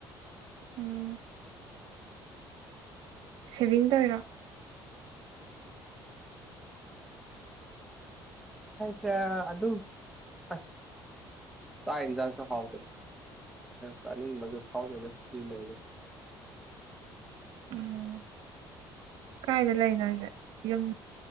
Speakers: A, on the right; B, in the centre.
A: ꯎꯝ ꯁꯦꯚꯤꯡ ꯇ ꯑꯣꯏꯔꯣ
B: ꯁ ꯑꯗꯨ ꯑꯗꯨ ꯑꯁ ꯀ ꯏꯟꯖꯥꯟ ꯆ ꯍꯥꯎ ꯇꯅꯤ ꯃꯖ ꯐꯥꯎꯗ ꯁꯤ ꯂꯩ
A: ꯎꯝ ꯀꯥꯏꯗ ꯂꯩꯅꯣ ꯑꯩꯁꯦ ꯌꯨꯝ